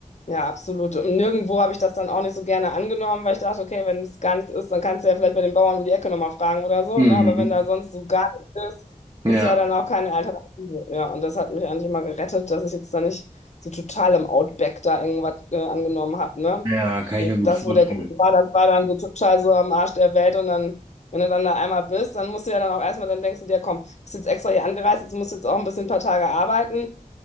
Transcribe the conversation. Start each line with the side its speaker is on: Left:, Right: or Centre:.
Left: ja, absolut. Und nirgendwo habe ich das dann auch nicht so gerne angenommen, weil ich dachte, okay, wenn es gar nicht ist, dann kannst du ja vielleicht bei den Bauern um die Ecke nochmal fragen oder so,
Right: Mhm.
Left: ne? Aber wenn da sonst so gar nichts ist,
Right: Ja.
Left: ist ja dann auch keine Alternative. Ja, und das hat mich eigentlich immer gerettet, dass ich jetzt da nicht so total im Outback da irgendwas äh, angenommen habe, ne?
Right: Ja, kann
Left: Und
Right: ich mir gut
Left: das,
Right: vorstellen.
Left: wo der Kuchen war, das war dann so total so am Arsch der Welt und dann, wenn du dann da einmal bist, dann musst du ja dann auch erstmal, dann denkst du dir, komm, bist jetzt extra hier angereist, jetzt musst du jetzt auch ein bisschen ein paar Tage arbeiten.